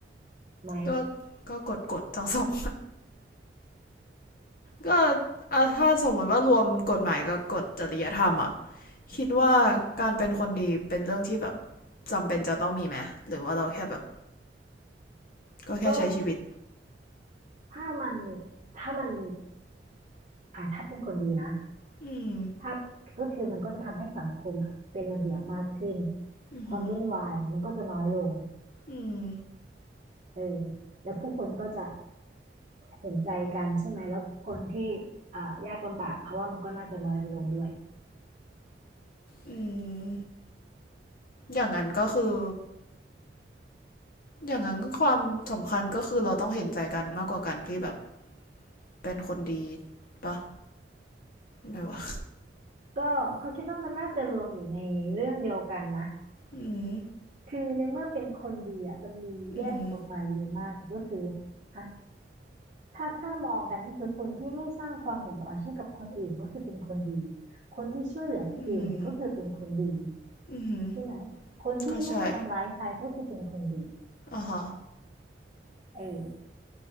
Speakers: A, on the right; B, on the left.
A: ไหม
B: ก็ก็กฎกฎทั้งสองก็อ่ถ้าสมมติว่ารวมกฎหมายกับกฎจริยธรรมอะคิดว่าการเป็นคนดีเป็นเรื่องที่แบบจำเป็นจะต้องมีไหมหรือว่าเราแค่แบบก็แค่ใช้ชีวิต
A: ก็ถ้ามันถ้ามันอ่าถ้าเป็นคนดีนะ
B: อืม
A: ถ้าก็คือมันก็จะทำให้สังคมอ่ะเป็นระเบียบมากขึ้น
B: อือหือ
A: ความวุ่นวายมันก็จะน้อยลง
B: อืม
A: เออแล้วผู้คนก็จะ เห็นใจกันใช่ไหมแล้วคนที่อ่ายากลำบากเขาว่ามันก็น่าจะน้อยลงด้วย
B: อืมอย่างนั้นก็คือ อย่างนั้นก็ความสำคัญก็คือเราต้องเห็นใจกันมากกว่ากันที่แบบเป็นคนดีปะไม่วะ
A: ก็เขาคิดว่ามันน่าจะรวมอยู่ในเรื่องเดียวกันนะ
B: อืม
A: คือในเมื่อเป็นคนดีอ่ะมันมีแยกออกมาเยอะมากก็คือ
B: อือหือ
A: อ่ะถ้าถ้ามองกันก็คือคนที่ไม่สร้างความเดือดร้อนให้กับคนอื่นก็คือเป็นคนดี คนที่ช่วยเหลือคนอื่นก็คือเป็นคนดี
B: อืมอือหือ
A: ใช่ไหมคนที่ไม่ทำร้ายใครก็คือเป็นคนดี
B: ก็ใช่อ่าฮะ
A: เออ